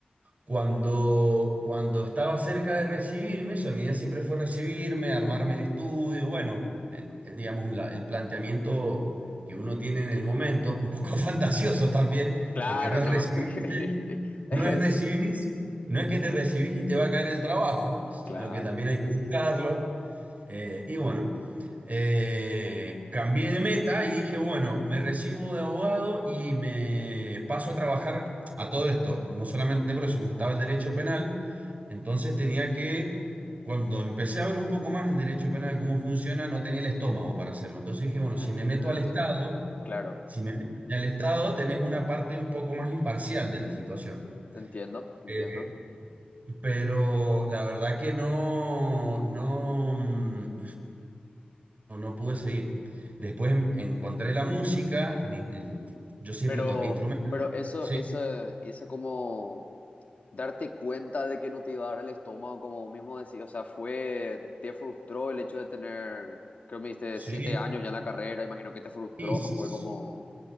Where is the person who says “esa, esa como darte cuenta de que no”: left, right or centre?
Left